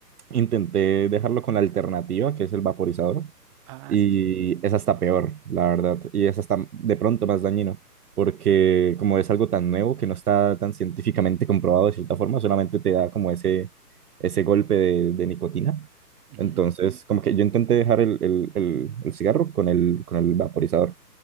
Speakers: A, on the right; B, on the right.
A: intenté dejarlo con la alternativa, que es el vaporizador,
B: Ah,
A: y
B: sí, sí.
A: es hasta peor, la verdad, y es hasta de pronto más dañino, porque como es algo tan nuevo que no está tan científicamente comprobado de cierta forma, solamente te da como ese, ese golpe de, de nicotina.
B: Ujú.
A: Entonces, como que yo intenté dejar el, el- el- el cigarro con el, con el vaporizador